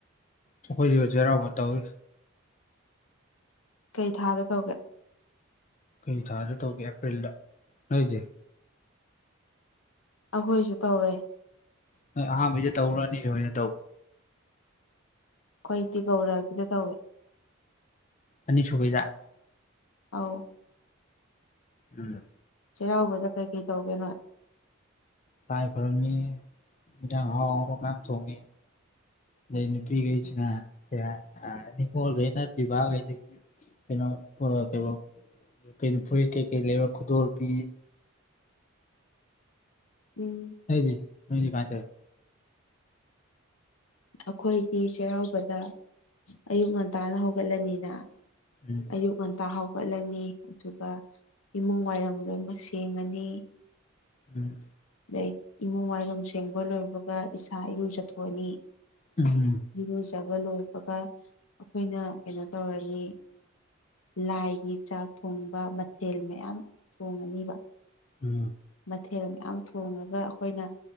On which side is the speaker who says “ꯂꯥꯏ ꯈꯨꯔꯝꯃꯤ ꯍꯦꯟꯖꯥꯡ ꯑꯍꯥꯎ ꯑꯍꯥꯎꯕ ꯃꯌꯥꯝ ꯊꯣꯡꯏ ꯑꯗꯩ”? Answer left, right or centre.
Left